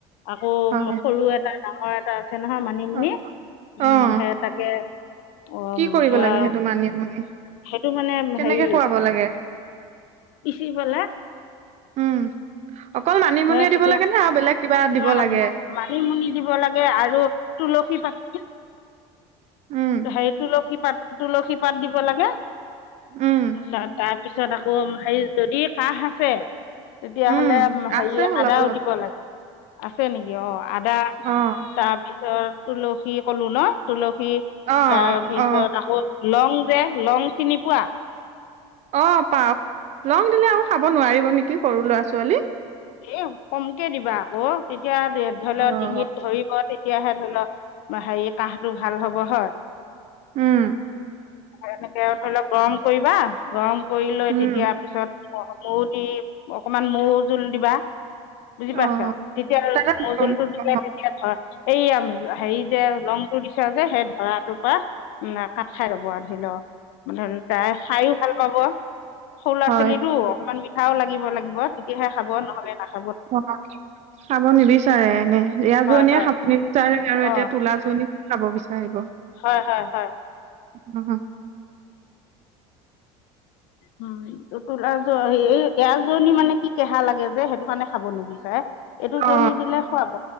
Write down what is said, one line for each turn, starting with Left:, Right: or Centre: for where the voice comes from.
Left: আকৌ
Right: হয়
Left: সৰু এটা ডাঙৰ এটা আছে নহয় মানিমুনি
Right: অ',
Left: উম
Right: অ',
Left: সেয়া তাকে অ
Right: কি কৰিব
Left: সেয়া
Right: লাগে সেইটো মানিমুনি?
Left: সেইটো মানে
Right: কেনেকে
Left: হেৰি।
Right: খুৱাব লাগে?
Left: পিছিবেলে।
Right: উম, অকল মানিমুনিয়ে
Left: হে
Right: দিব
Left: তেতিয়া
Right: লাগে নে আৰু বেলেগ কিবা দিব
Left: ন
Right: লাগে?
Left: মানিমুনি দিব লাগে আৰু তুলসী। <unintelligible> <inaudible>
Right: উম,
Left: হেৰি তুলসী পাত তুলসী পাত দিব লাগে
Right: উম,
Left: তাত। পিছত আকৌ হেৰি যদি কাহ আছে তেতিয়াহলে
Right: উম,
Left: হেৰি
Right: আছে অলপ
Left: আদাও
Right: অলপ
Left: দিব লাগে। আছে নেকি অ আদা
Right: অ',
Left: তাৰপিছত তুলসী কলো ন তুলসী।
Right: অ',
Left: তাৰপিছত
Right: অ',
Left: আকৌ লং যে লং চিনি পোৱা।
Right: অ পাও লং দিলে আৰু খাব নোৱাৰিব নেকি সৰু ল'ৰা ছোৱালী।
Left: এ কমকে দিবা আকৌ তেতিয়া ধৰি
Right: অ',
Left: লওক ডিঙিত ধৰিব তেতিয়াহে ধৰি লওক হেৰি কাহটো ভাল হব হয়।
Right: উম,
Left: এনেকে ধৰি লওক গৰম কৰিবা গৰম কৰি লৈ
Right: উম,
Left: তেতিয়া পিছত। মৌ দি অকমান মৌ জোল দিবা বুজি
Right: অ',
Left: পাইছা তেতিয়া
Right: তাতে
Left: মৌ
Right: অ',
Left: জোলটো দিলে তেতিয়া ধ এই হেৰি যে ৰংটো দিছে যে সেই ধৰাটোৰ পৰা উম, কাত খাই লব আৰু ধৰি লওক। ধৰি তাই খায়ো ভাল পাব। সৰু লৰা
Right: হয়
Left: ছোৱালী টো অকমান মিঠাও লাগিব লাগিব তেতিয়াহে খাব নহলে নাখ
Right: অ', খাব নিবিচাৰে এনে ৰিয়াজীয়ে
Left: হয় হয়
Right: খাব নিবিচাৰে আৰু এতিয়া
Left: অঁ
Right: তোলাজনি খাব বিচাৰিব।
Left: হয়- হয়- হয়।
Right: উম
Left: উম, উতোলা যে এই এৰা জোৰী মানে কি কেহা লাগে যে সেইটো কাৰণে খাব নিবিচাৰে এইটোজনী
Right: অ
Left: দিলে খোৱাব